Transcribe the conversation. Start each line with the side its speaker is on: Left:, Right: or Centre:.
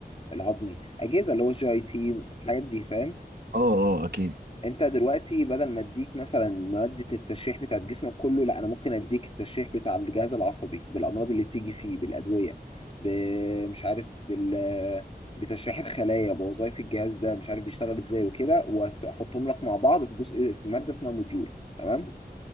Left: الهضمي أجهزة اللي هو الجي أي تي الحاجات دي فاهم
Right: اه اه اكيد
Left: انت دلوقتي بدل ما اديك مثلا مادة التشريح بتاعت جسمك كله لا انا ممكن اديك التشريح بتاع الجهاز العصبي بالامراض اللي بتيجي فيه بالادوية ب- مش عارف بال بتشريح الخلايا بوظائف الجهاز ده مش عارف بيشتغل ازاي وكده واحطهم لك مع بعض في جزء في مادة اسمها موديول تمام